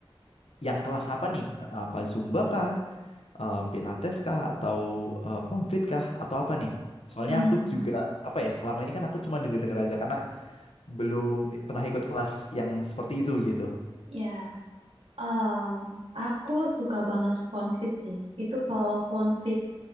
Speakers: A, on the left; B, on the right.
A: yang kelas apa nih? Eh, Apa Zumba kah? Eh, Pilates kah? Atau eh, Ponfit kah? Atau apa nih? Soalnya
B: Hmm,
A: aku juga apa ya selama ini kan aku cuma denger-denger aja karena belum pernah ikut kelas yang seperti itu gitu.
B: ya, Em, aku suka banget fonfit sih. Itu kalau fonfit